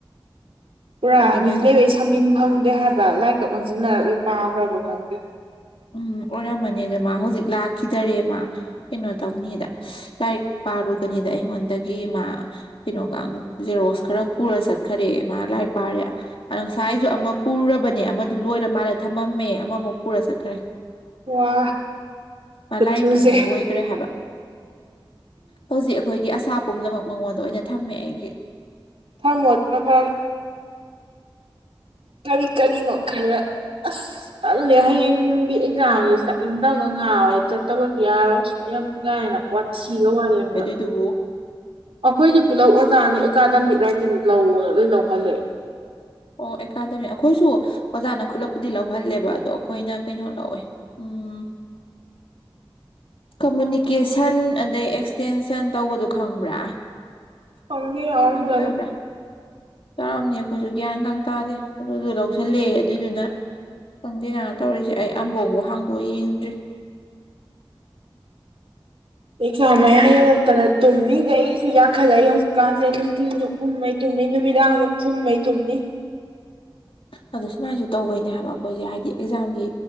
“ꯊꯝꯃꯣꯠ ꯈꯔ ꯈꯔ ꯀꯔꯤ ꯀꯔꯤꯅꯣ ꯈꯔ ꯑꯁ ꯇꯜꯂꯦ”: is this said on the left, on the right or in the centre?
Right